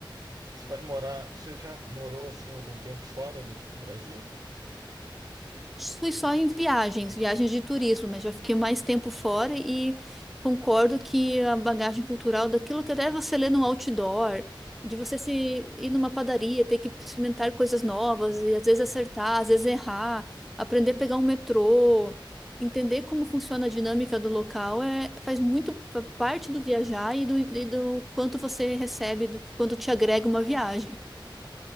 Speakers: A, on the right (about 45°); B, in the centre.
A: Você vai morar, você já morou assim algum tempo fora do Brasil?
B: Fui só em viagens, viagens de turismo, mas já fiquei mais tempo fora e concordo que a bagagem cultural daquilo que até você lê no outdoor, de você se ir numa padaria, ter que experimentar coisas novas e às vezes acertar, às vezes errar, aprender a pegar um metrô, entender como funciona a dinâmica do local, é, faz muito pa- parte do viajar e do, e do quanto você recebe, do quanto te agrega uma viagem.